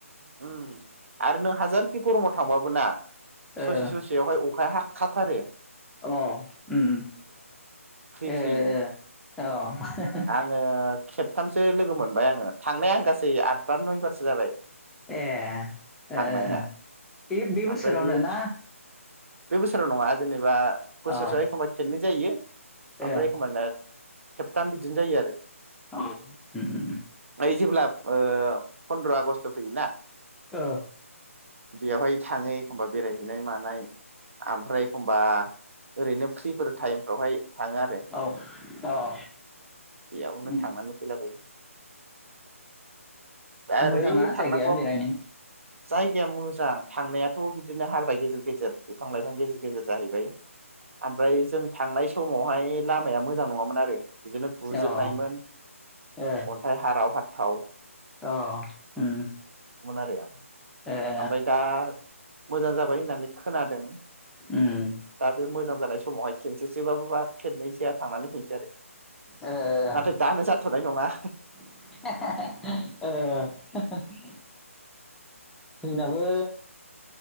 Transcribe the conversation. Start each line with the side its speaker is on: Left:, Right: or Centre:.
Right: उम आरो नों हाजारखि गर'माव थांबाबो ना
Centre: ओ
Right: ससे-ससेयावहाय अखा खाथारो
Centre: अ उम उम
Right: फ्रि
Centre: ए-ए-ए
Right: फ्रिनो
Centre: अ ओहो हो
Right: आङो खेबथामसो लोगो मोनबाय आंङो थांनाया आं गासै आतबार नयबार सो जाबाय
Centre: ए
Right: थांनाया
Centre: ओ ओ ओ बे-बे
Right: ओमफ्राय
Centre: बोसोरावनो
Right: बेयो
Centre: ना-
Right: था बे बोसोराव नंङा जेनेबा बोसोरसेयाव
Centre: अ
Right: एखमबा खेबनै जायो? आमफ्राय
Centre: ए
Right: एखमब्लालाय? खेबथाम बिदिनो जायो आरो
Centre: अ उम उम
Right: ऐ जेब्ला ओ फन्द्र' आगष्ट' फैयोना?
Centre: ओ
Right: बेवहाय थांङो एखमबा बेरायहैनाय मानाय आमफ्राय एखमबा ओरैनो फ्रिफोर टाइमफोरावहाय थाङो आरो
Centre: औ औ
Right: बेयावनो
Centre: ओ
Right: थांनानै फैलाबायो। दा ओरै
Centre: मोजांना
Right: थांनांगौआ
Centre: जायगाया बेरायनो?
Right: जायगाया मोजां थांनायाथ' बिब्दिनो हाग्रा गेजेर गेजेर-गेजेर बिफां-लाइफां गेजेर जाहैबाय आमफ्राय जों थांनाय सम समावहाय लामाया मोजां नंङामोन आरो बिदिनो गुजोबनायमोन
Centre: ओ ओ
Right: अन्थाइ हाराव हाथा थाव
Centre: अ उम
Right: आरो
Centre: अ ए
Right: ओमफ्राय दा मोजां जाबाय होननानै खोनादों
Centre: उम
Right: दा बे मोजां जानाय समावहाय खेनसेसोबाबो बा खेननैसोआ थांनानै फैनिसै आरो
Centre: ओ
Right: नाथाय दानो जाथ'नाय नङा। <inaudible>
Centre: <inaudible> <unintelligible> जोंनाबो